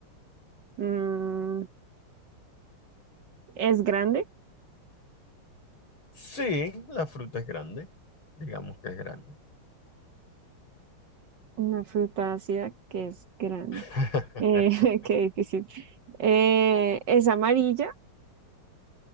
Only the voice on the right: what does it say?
mm, ¿es grande?
Una fruta ácida que es grande.
Eh, <laughs> qué difícil. Eh, ¿es amarilla?